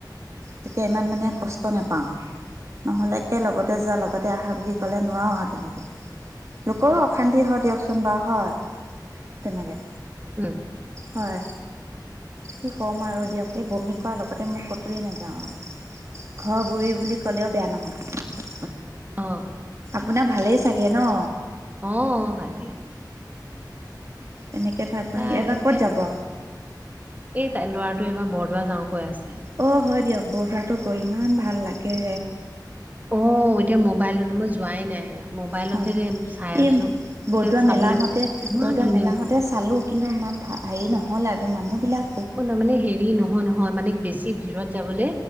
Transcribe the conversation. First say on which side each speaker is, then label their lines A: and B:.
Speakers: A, on the right; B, on the right.
A: তেতিয়া ইমান মানে কষ্ট নাপাওঁ নহ'লে একে লগতে যোৱা লগতে আহা বুলি ক'লে নোৱাৰো আৰু তেনেকে লোকৰো অশান্তি হয় দিয়কচোন বাৰু হয় তেনেকে
B: উম।
A: হয়। কি ক'ম আৰু দিয়ক সেই বমি কৰোৱাৰ লগতে মোক কতোৱে নাযাওঁ আৰু ঘৰ বুৰি বুলি ক'লেও বেয়া নহয়।
B: অঁ,
A: আপোনাৰ ভালেই চাগে ন
B: আহ ভালেই
A: এনেকৈ ধয় আপুনি
B: তাই
A: এইবাৰ
B: এতিয়া
A: ক'ত যাব
B: এই তাই ল'ৰাটো এইবাৰ বৰদোৱা যাওঁ কৈ আছে
A: অ হয় দিয়ক বৰদোৱাটো গৈ ইমান ভাল লাগে।
B: আহ এতিয়া মোবাইলত মই যোৱাই নাই মোবাইলতহে
A: হয়।
B: যে চাই
A: এই
B: আছো
A: বৰদোৱা
B: এ চাবলৈ
A: মেলাহঁতে
B: ইমান
A: বৰদোৱা
B: ধুনীয়া
A: মেলাহঁতে
B: লাগে
A: চালো কিন্তু ইমান ভ হেৰি নহল আৰু মানুহবলাক
B: অ ন মানে হেৰি নহয় নহয় মানে বেছি ভিৰত যাবলে